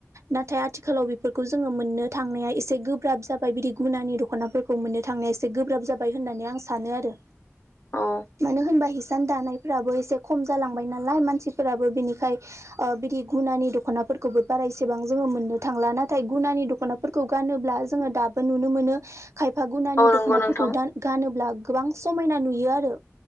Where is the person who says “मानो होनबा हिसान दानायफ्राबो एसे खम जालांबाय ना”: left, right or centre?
Right